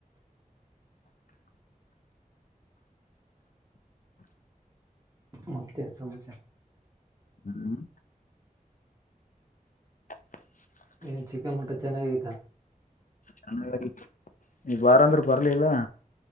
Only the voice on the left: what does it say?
<inaudible>
ಹ್ಮ್. <inaudible>
ಚೆನ್ನಾಗಿ ಈಗ ಬಾರ ಅಂದ್ರೂ ಬರ್ಲಿಲ್ಲ.